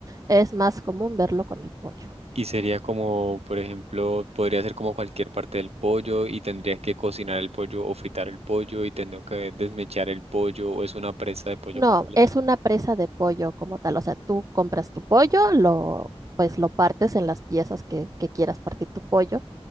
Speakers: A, on the right; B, on the right.
A: Es más común verlo con el pollo.
B: Y sería como, por ejemplo, podría ser como cualquier parte del pollo y tendría que cocinar el pollo o fritar el pollo y tendría que desmechar el pollo o es una presa de pollo
A: No,
B: completa.
A: es una presa de pollo como tal. O sea, tú compras tu pollo, lo, pues lo partes en las piezas que, que quieras partir tu pollo